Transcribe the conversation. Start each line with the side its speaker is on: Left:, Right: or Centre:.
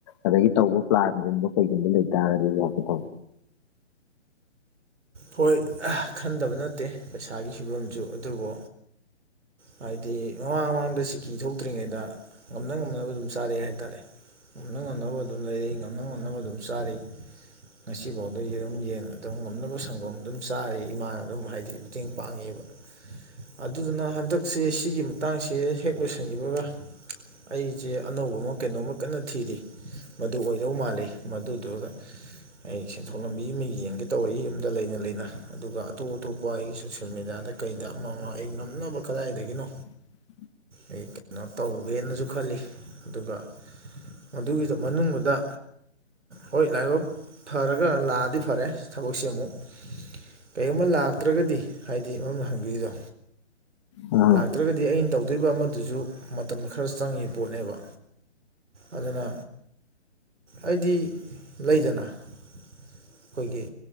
Left: ꯑꯗꯒꯤ ꯇꯧꯕ ꯄ꯭ꯂꯥꯟꯒꯨꯝꯕ ꯀꯩꯒꯨꯝꯕ ꯂꯩꯇꯥꯔꯗꯤ ꯌꯥꯥꯛꯁꯤ ꯊꯧ
Right: ꯍꯣꯏ ꯈꯟꯗꯕ ꯅꯠꯇꯦ ꯄꯩꯁꯥꯒꯤ ꯐꯤꯕꯝꯁꯨ ꯑꯗꯨꯕꯨ ꯍꯥꯏꯗꯤ ꯃꯃꯥꯡ ꯃꯃꯥꯡꯗ ꯁꯤꯀꯤ ꯊꯣꯛꯇ꯭ꯔꯤꯉꯩꯗ ꯉꯝꯅ ꯉꯝꯅꯕ ꯑꯗꯨꯝ ꯆꯥꯔꯦꯑꯦ ꯍꯥꯏꯇꯥꯔꯦ ꯉꯝꯅ ꯉꯝꯅꯕ ꯑꯗꯨꯝ ꯂꯩꯔꯤ ꯉꯝꯅ ꯉꯝꯅꯕ ꯑꯗꯨꯝ ꯆꯥꯔꯤ ꯉꯁꯤꯐꯥꯎꯗ ꯌꯦꯔꯨꯝ ꯌꯦꯟ ꯑꯗꯨꯝ ꯉꯝꯅꯕ ꯁꯪꯒꯣꯝ ꯑꯗꯨꯝ ꯆꯥꯔꯤ ꯏꯃꯥꯅ ꯑꯗꯨꯝ ꯍꯥꯏꯗꯤ ꯃꯇꯦꯡ ꯄꯥꯡꯉꯤꯕ ꯑꯗꯨꯗꯨꯅ ꯍꯟꯗꯛꯁꯦ ꯑꯁꯤꯒꯤꯒꯤ ꯃꯇꯛꯥꯡꯁꯦ ꯍꯦꯛ ꯂꯣꯏꯁꯤꯟꯈꯤꯕꯒ ꯑꯩꯁꯦ ꯑꯅꯧꯕ ꯑꯃ ꯀꯩꯅꯣꯝꯃ ꯀꯟꯅ ꯊꯤꯔꯤ ꯃꯗꯨ ꯑꯣꯏꯗꯧ ꯃꯥꯜꯂꯤ ꯃꯗꯨꯗꯨꯗ ꯑꯩ ꯁꯦꯟꯊꯣꯛ ꯂꯝꯕꯤ ꯑꯃ ꯌꯦꯡꯒꯦ ꯇꯧꯔꯛꯏ ꯗ ꯂꯩꯅ ꯂꯩꯅ ꯑꯗꯨꯒ ꯑꯇꯣꯞ ꯑꯇꯣꯞꯄ ꯑꯩꯒꯤ ꯁꯣꯁꯤꯦꯜ ꯃꯦꯗꯤꯌꯥꯗ ꯀꯩꯗ ꯑꯃ ꯑꯃ ꯑꯩ ꯉꯝꯅꯕ ꯀꯗꯥꯏꯗꯒꯤꯅꯣ
Left: ꯎꯝ
Right: ꯑꯩ ꯀꯩꯅꯣ ꯇꯧꯒꯦꯅꯁꯨ ꯈꯜꯂꯤ ꯑꯗꯨꯒ ꯃꯗꯨꯒꯤꯗ ꯃꯅꯨꯡꯗ ꯍꯣꯏ ꯂꯥꯏꯕꯛ ꯐꯔꯒ ꯂꯥꯛꯑꯗꯤ ꯐꯔꯦ ꯊꯕꯛꯁꯤ ꯑꯃꯨꯛ ꯀꯔꯤꯒꯨꯝꯕ ꯂꯥꯛꯇ꯭ꯔꯒꯗꯤ ꯍꯥꯏꯗꯤ ꯃꯝꯅ ꯍꯪꯕꯤꯔꯤꯗꯣ
Left: ꯑꯥ
Right: ꯅꯠꯇ꯭ꯔꯒꯗꯤ ꯑꯩꯅ ꯇꯧꯗꯣꯔꯤꯕ ꯑꯃꯗꯨꯁꯨ ꯃꯇꯝ ꯈꯔ ꯆꯪꯉꯤꯕ ꯄꯣꯠꯅꯦꯕ ꯑꯗꯨꯅ ꯍꯥꯏꯗꯤ ꯂꯩꯗꯅ ꯑꯩꯈꯣꯏꯒꯤ